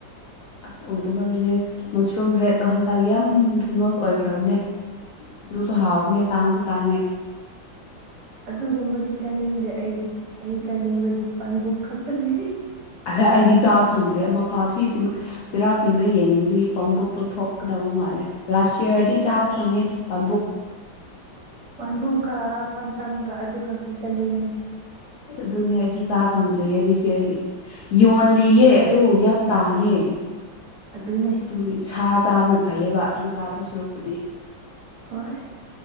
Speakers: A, on the left; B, on the right.
A: ꯑꯁ ꯎꯗꯕꯒꯤꯅꯦ ꯃꯁꯔꯨꯝ ꯔꯦꯠꯇꯣ ꯍꯟꯗꯛ ꯌꯥꯝ ꯐꯦꯃꯣꯁ ꯑꯣꯏꯈ꯭ꯔꯕꯅꯦ ꯑꯗꯨꯁꯨ ꯍꯥꯎꯕꯅꯦ ꯇꯥꯡꯁꯨ ꯇꯥꯡꯉꯦ
B: ꯑꯗꯨꯒꯨꯝꯕꯅꯤ ꯆꯥꯅꯤꯡꯗꯦ ꯑꯩꯗꯤ ꯑꯩ ꯆꯥꯅꯤꯡꯕꯗꯤ ꯄꯥꯟꯕꯨ ꯈꯛꯇꯅꯤ
A: ꯑꯗ ꯑꯩꯗꯤ ꯆꯥꯕ ꯐꯪꯗꯦ ꯑꯃ ꯐꯥꯎ ꯁꯤ ꯆꯩꯔꯥꯎ ꯆꯤꯡꯗ ꯌꯦꯡꯗꯤ ꯄꯥꯝꯝꯕꯣꯛꯇꯣ ꯊꯣꯛꯀꯗꯕ ꯃꯥꯜꯂꯦ ꯂꯥꯁ ꯏꯌꯥꯔꯗꯤ ꯆꯥꯕ ꯐꯪꯉꯦ ꯄꯥꯝꯕꯣꯛ
B: ꯄꯥꯟꯗꯨꯒ ꯄꯥꯟꯇꯝꯒ ꯑꯗꯨ ꯈꯛꯇ ꯆꯅꯤꯡꯉꯦ
A: ꯑꯗꯨꯅꯦ ꯑꯩꯁꯨ ꯆꯥ ꯐꯪꯗ꯭ꯔꯤꯌꯦꯗꯤ ꯁꯤꯌꯔꯒꯤ ꯌꯣꯜꯂꯤꯌꯦ ꯑꯗꯨ ꯌꯥꯝ ꯇꯥꯡꯉꯦ
B: ꯑꯗꯨꯅꯦ
A: ꯑꯗꯨꯒꯤ ꯁꯥ ꯆꯥꯕ ꯅꯠꯇ ꯐꯩꯌꯦꯕ ꯑꯗꯨ ꯆꯥꯕ ꯁꯔꯨꯛꯄꯨꯗꯤ
B: ꯍꯣꯏ